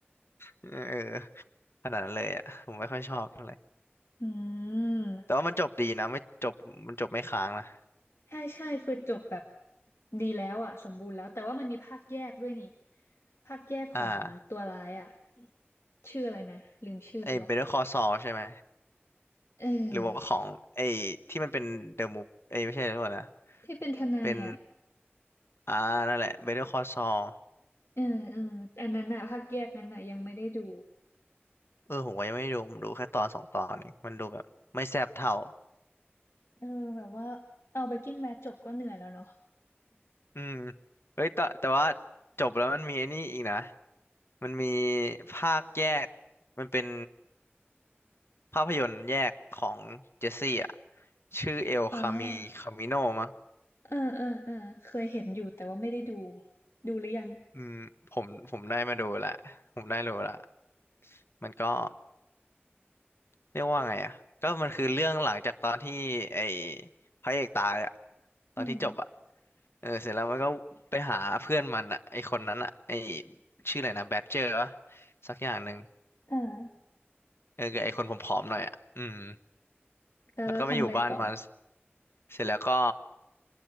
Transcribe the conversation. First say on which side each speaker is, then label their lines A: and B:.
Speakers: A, on the left; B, on the left.
A: เออขนาดนั้นเลยอ่ะผมไม่ค่อยชอบเท่าไหร่
B: อืม
A: แต่ว่ามันจบดีนะไม่จบมันจบไม่ค้างนะ
B: ใช่ใช่คือจบแบบดีแล้วอ่ะสมบูรณ์แล้วแต่ว่ามันมีภาคแยกด้วยนี่ภาคแยกของตัวร้ายอ่ะ
A: อ่า
B: ชื่ออะไรนะลืมชื่อไปละ
A: ไอ้ Better Call Saul ใช่ไหม
B: เออ
A: หรือว่าของไอ้ที่มันเป็นเดอะมูฟเอ้ยไม่ใช่เดอะมูฟนะ
B: ที่เป็นทนายอ่ะ
A: เป็นอ่านั่นแหละเบเ e อร์คอ s ซอล
B: เออเอออันนั้นอ่ะภาคแยกนั้นอ่ะยังไม่ได้ดู
A: เออผมก็ยังไม่ได้ดูผมดูแค่ตอนสองตอนเองมันดูแบบไม่แซ่บเท่า
B: เออแบบว่าเอา Breaking Bad จบก็เหนื่อยแล้วเนาะ
A: อืมเฮ้ยแต่แต่ว่าจบแล้วมันมีไอ้นี่อีกนะมันมีภาคแยกมันเป็นภาพยนตร์แยกของเจสซี่อ่ะชื่อเอลคามีคามิโนมั้ง
B: อ่าเออเออเออเคยเห็นอยู่แต่ว่าไม่ได้ดูดูหรือยัง
A: อืมผมผมได้มาดูละผมได้รู้ละมันก็ เรียกว่าไงอ่ะก็มันคือเรื่องหลังจากตอนที่ไอ้พระเอกตายอ่ะตอนที่จบอ่ะ
B: อืม
A: เออเสร็จแล้วมันก็ไปหาเพื่อนมันอ่ะไอ้คนนั้นอ่ะไอ้ชื่ออะไรนะแบดเจอร์วะสักอย่างหนึ่ง
B: อ่า
A: เออกับไอ้คนผอมๆหน่อยอ่ะอืม
B: แล้วเราทำอะไรต่อ
A: แล้วก็ไปอยู่บ้านมันเสร็จแล้วก็